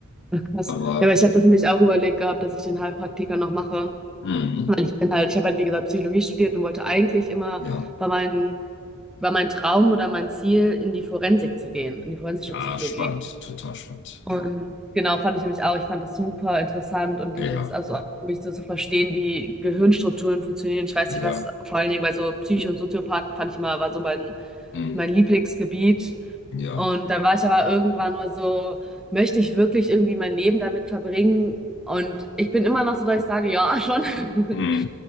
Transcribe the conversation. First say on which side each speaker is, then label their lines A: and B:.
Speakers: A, in the centre; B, on the left.
A: Ach, krass.
B: Aber,
A: Ja, aber ich hatte nämlich auch überlegt gehabt, dass ich den Heilpraktiker noch mache.
B: mhm,
A: Weil ich bin halt, ich habe halt, wie gesagt, Psychologie studiert und wollte eigentlich immer
B: ja,
A: bei meinen, war mein Traum oder mein Ziel, in die Forensik zu gehen, in die forensische
B: ja,
A: Psychologie.
B: spannend, total spannend.
A: Und
B: Ja,
A: genau, fand ich nämlich auch. Ich fand das super interessant und dieses,
B: ja,
A: also mich so zu verstehen, wie Gehirnstrukturen funktionieren. Ich weiß
B: ja,
A: nicht, was, vor allen Dingen bei so Psycho- und Soziopathen fand ich immer, war so mein,
B: mm,
A: mein Lieblingsgebiet.
B: ja,
A: Und dann war ich aber irgendwann nur so, möchte ich wirklich irgendwie mein Leben damit verbringen? Und ich bin immer noch so, dass ich sage, ja, schon. <laughs>
B: mm,